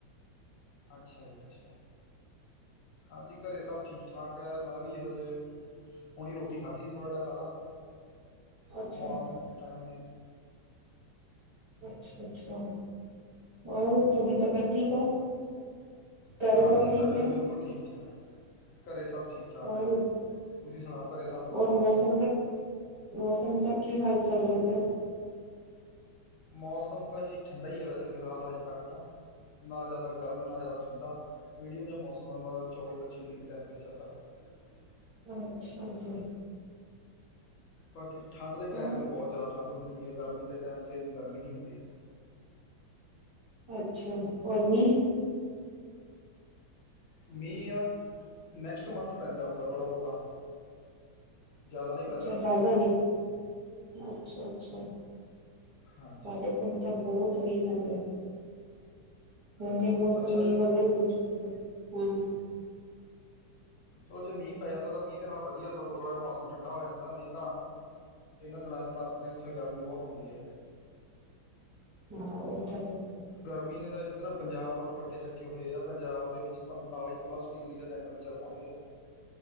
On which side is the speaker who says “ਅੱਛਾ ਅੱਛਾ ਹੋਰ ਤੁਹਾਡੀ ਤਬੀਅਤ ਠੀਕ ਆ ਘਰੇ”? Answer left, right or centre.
Right